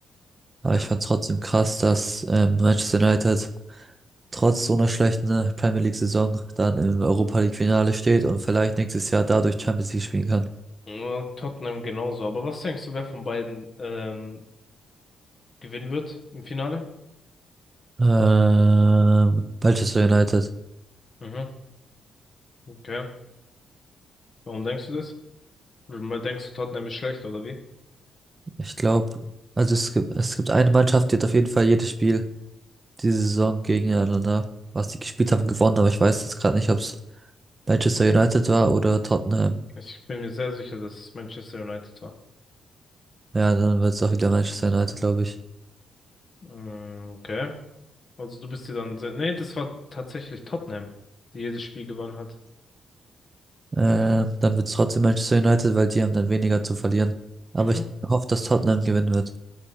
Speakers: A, on the right; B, on the left.
A: Aber
B: Ja.
A: ich fand trotzdem krass, dass ähm, Manchester United trotz so einer schlechten äh, Premier League-Saison dann im Europa League-Finale steht und vielleicht nächstes Jahr dadurch Champions League spielen kann.
B: Ja, Tottenham genauso. Aber was denkst du, wer von beiden ähm, gewinnen wird im Finale?
A: Ähm, Manchester United.
B: Mhm, okay. Warum denkst du das? Weil Denkst du, Tottenham ist schlecht, oder wie?
A: Ich glaube, also es gibt, es gibt eine Mannschaft, die hat auf jeden Fall jedes Spiel diese Saison gegeneinander, was die gespielt haben, gewonnen, aber ich weiß jetzt gerade nicht, ob es Manchester United war oder Tottenham.
B: Ich bin mir sehr sicher, dass es Manchester United war.
A: Ja, dann wird es auch wieder Manchester United, glaube ich.
B: Mm, okay. Also du bist dir dann sehr... Nee, das war tatsächlich Tottenham, die jedes Spiel gewonnen hat.
A: Ähm, dann wird es trotzdem Manchester United, weil die haben dann weniger zu verlieren. Aber
B: Mhm.
A: ich hoffe, dass Tottenham gewinnen wird.